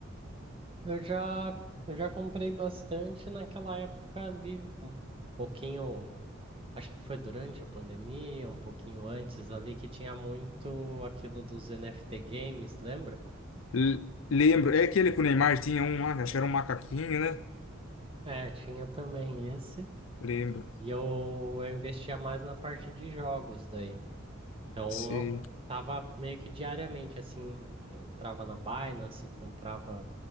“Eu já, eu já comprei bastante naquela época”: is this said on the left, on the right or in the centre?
Right